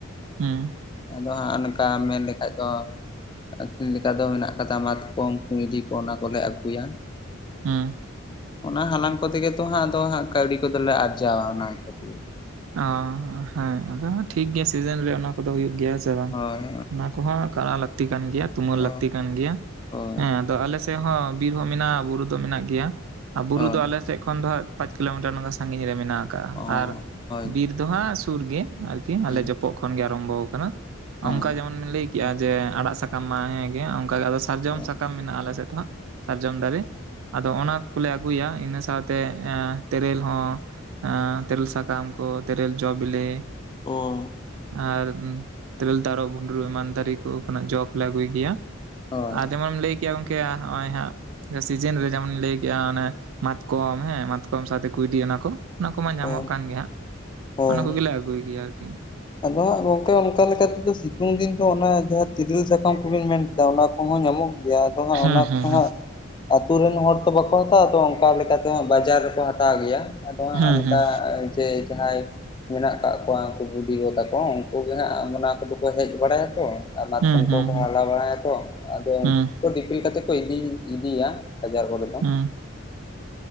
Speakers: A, on the right; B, on the left.
A: ᱦᱩᱸ
B: ᱟᱫᱚ ᱦᱟᱸᱜ ᱚᱱᱠᱟ ᱢᱮᱱ ᱞᱮᱠᱷᱟᱡ ᱫᱚ ᱟᱠᱷᱨᱤᱧ ᱞᱮᱠᱟ ᱫᱚ ᱢᱮᱱᱟᱜ ᱠᱟᱫᱟ ᱢᱟᱛᱠᱚᱢ ᱠᱩᱭᱰᱤ ᱠᱚ ᱚᱱᱟ ᱠᱚᱞᱮ ᱟᱹᱜᱩᱭᱟ
A: ᱦᱩᱸ
B: ᱚᱱᱟ ᱦᱟᱞᱟᱝ ᱠᱚᱛᱮ ᱜᱮ ᱛᱚ ᱦᱟᱸᱜ ᱟᱫᱚ ᱦᱟᱸᱜ ᱠᱟᱹᱣᱰᱤ ᱠᱚᱫᱚᱞᱮ ᱟᱨᱡᱟᱣᱟ ᱚᱱᱟ ᱠᱚᱛᱮ ᱜᱮ᱾
A: ᱚ ᱦᱮᱸ ᱟᱫᱚ ᱴᱷᱤᱠ ᱜᱮᱭᱟ ᱥᱤᱡᱤᱱ ᱨᱮ ᱚᱱᱟ ᱠᱚᱫᱚ ᱦᱩᱭᱩᱜ ᱜᱮᱭᱟ, ᱦᱮᱸ ᱥᱮ ᱵᱟᱝ
B: ᱦᱳᱭ
A: ᱚᱱᱟ ᱠᱚᱦᱚᱸ ᱠᱟᱨᱟᱣ ᱞᱟ. ᱠᱛᱤ ᱠᱟᱱ ᱜᱮᱭᱟ ᱛᱩᱢᱟᱹᱞ
B: ᱦᱳᱭ
A: ᱞᱟᱹᱠᱛᱤ ᱠᱟᱱ ᱜᱮᱭᱟ
B: ᱦᱳᱭ
A: ᱦᱮᱸ ᱟᱫᱚ ᱟᱞᱮ ᱥᱮᱫ ᱦᱚᱸ ᱵᱤᱨ ᱦᱚᱸ ᱢᱮᱱᱟᱜᱼᱟ ᱵᱩᱨᱩ ᱫᱚ ᱢᱮᱱᱟᱜ ᱜᱮᱭᱟ᱾ ᱟᱨ ᱵᱩᱨᱩ
B: ᱦᱳᱭ
A: ᱫᱚ ᱟᱞᱮ ᱥᱮᱫ ᱠᱷᱚᱱ ᱫᱚ ᱦᱟᱸᱜ ᱯᱟᱸᱪ ᱠᱤᱞᱳᱢᱤᱴᱟᱨ ᱱᱚᱝᱠᱟ ᱥᱟᱺᱜᱤᱧ ᱨᱮ ᱢᱮᱱᱟᱜ ᱟᱠᱟᱟᱜ
B: ᱚ
A: ᱟᱨ
B: ᱦᱳᱭ
A: ᱵᱤᱨ ᱫᱚᱦᱟᱸᱜ ᱥᱩᱨ ᱜᱮ ᱟᱨᱠᱤ
B: ᱦᱩᱸ
A: ᱟᱞᱮ ᱡᱚᱯᱚᱜ ᱠᱷᱚᱱ ᱜᱮ ᱟᱨᱟᱢᱵᱚ ᱟᱠᱟᱱᱟ
B: ᱦᱩᱸ
A: ᱚᱱᱠᱟ ᱡᱮᱢᱚᱱ ᱟᱢ ᱞᱟᱹᱭ ᱠᱮᱜᱼᱟ ᱡᱮ ᱟᱲᱟᱜ ᱥᱟᱠᱟᱢ ᱢᱟ ᱦᱮᱸᱜᱮ ᱚᱱᱠᱮ ᱟᱫᱚ ᱥᱟᱨᱡᱚᱢ
B: ᱦᱳᱭ
A: ᱥᱟᱠᱟᱢ ᱢᱮᱱᱟᱜᱼᱟ ᱟᱞᱮ ᱥᱮᱫ ᱫᱚ ᱦᱟᱸᱜ᱾ ᱥᱟᱨᱡᱚᱢ ᱫᱟᱨᱮ ᱟᱫᱚ ᱚᱱᱟ ᱠᱚᱞᱮ ᱟᱹᱜᱩᱭᱟ ᱤᱱᱟᱹ ᱥᱟᱶᱛᱮ ᱛᱮᱨᱮᱞ ᱦᱚᱸ ᱮ ᱛᱮᱨᱮᱞ ᱥᱟᱠᱟᱢ ᱠᱚ ᱛᱮᱨᱮᱞ ᱡᱚᱸ ᱵᱮᱞᱮ
B: ᱚᱻ
A: ᱟᱨ ᱛᱮᱨᱮᱞ ᱛᱟᱨᱚᱵ ᱵᱷᱩᱸᱰᱨᱩ ᱮᱢᱟᱱ ᱫᱟᱨᱮ ᱠᱚ ᱠᱷᱚᱱᱟᱜ ᱡᱚ ᱠᱚᱞᱮ ᱟᱹᱜᱩᱭ ᱜᱮᱭᱟ
B: ᱦᱳᱭ
A: ᱟᱨ ᱡᱮᱢᱚᱱᱮᱢ ᱞᱟᱹᱭ ᱠᱮᱭᱟ ᱜᱚᱢᱠᱮ ᱱᱚᱜᱼᱚᱭ ᱦᱟᱸᱜ ᱥᱤᱡᱤᱱ ᱨᱮ ᱡᱮᱢᱚᱱᱤᱧ ᱞᱟᱹᱭ ᱠᱮᱫᱼᱟ ᱚᱱᱟ ᱢᱟᱛᱠᱚᱢ ᱦᱮᱸ ᱢᱟᱛᱠᱚᱢ ᱥᱟᱶᱛᱮ ᱠᱩᱭᱰᱤ ᱚᱱᱟ ᱠᱚ ᱚᱱᱟ ᱠᱚᱢᱟ ᱧᱟᱢᱚᱜ
B: ᱚ
A: ᱠᱟᱱ ᱜᱮ ᱦᱟᱸᱜ
B: ᱦᱳᱭ
A: ᱚᱱᱟ ᱠᱚᱜᱮᱞᱮ ᱟᱹᱜᱩᱭ ᱜᱮᱭᱟ ᱟᱨᱠᱤ᱾
B: ᱟᱫᱚ ᱦᱟᱸᱜ ᱜᱚᱢᱠᱮ ᱚᱱᱠᱟ ᱞᱮᱠᱟᱛᱮᱫᱚ ᱥᱤᱛᱩᱝ ᱫᱤᱱ ᱫᱚ ᱚᱱᱟ ᱡᱟᱦᱟᱸ ᱛᱤᱨᱤᱞ ᱥᱟᱠᱟᱢ ᱠᱚᱵᱤᱱ ᱢᱮᱱ ᱠᱮᱫᱟ ᱚᱱᱟ ᱠᱚᱦᱚᱸ ᱧᱟᱢᱚᱜ ᱜᱮᱭᱟ ᱟᱫᱚ ᱦᱟᱸᱜ
A: ᱦᱮᱸ
B: ᱚᱱᱟ
A: ᱦᱮᱸ
B: ᱠᱚᱫᱚ
A: ᱦᱮᱸ
B: ᱦᱟᱸᱜ ᱟᱹᱛᱩ ᱨᱮᱱ ᱦᱚᱲ ᱛᱚ ᱵᱟᱠᱚ ᱦᱟᱛᱟᱣᱟ ᱛᱚ ᱚᱱᱠᱟ ᱞᱮᱠᱟᱛᱮ ᱛᱮᱦᱚᱸᱜ ᱵᱟᱡᱟᱨ ᱨᱮᱠᱚ ᱦᱟᱛᱟᱣ ᱜᱮᱭᱟ ᱟᱫᱚ ᱦᱟᱸᱜ
A: ᱦᱮᱸ ᱦᱮᱸ
B: ᱚᱱᱠᱟ ᱡᱮ ᱡᱟᱦᱟᱸᱭ ᱢᱮᱱᱟᱜ ᱠᱟᱫ ᱠᱚᱣᱟ ᱩᱱᱠᱩ ᱵᱩᱰᱷᱤ ᱜᱚ ᱛᱟᱠᱚ ᱩᱱᱠᱩ ᱜᱮ ᱦᱟᱸᱜ ᱚᱱᱟ ᱠᱚᱫᱚ ᱠᱚ ᱦᱮᱡ ᱵᱟᱲᱟᱭᱟ ᱠᱚ ᱟ ᱢᱟᱛᱠᱚᱢ
A: ᱦᱮᱸ ᱦᱮᱸ
B: ᱠᱚ ᱠᱚ ᱦᱟᱞᱟᱝ ᱵᱟᱲᱟᱭᱟᱛᱚ ᱟᱫᱚ ᱩᱱᱠᱩ
A: ᱦᱮᱸ
B: ᱠᱚ ᱫᱤᱯᱤᱞ ᱠᱟᱛᱮ ᱠᱚ ᱤᱫᱤ ᱤᱫᱤᱭᱟ ᱵᱟᱡᱟᱨ ᱠᱚᱨᱮ ᱫᱚ
A: ᱦᱮᱸ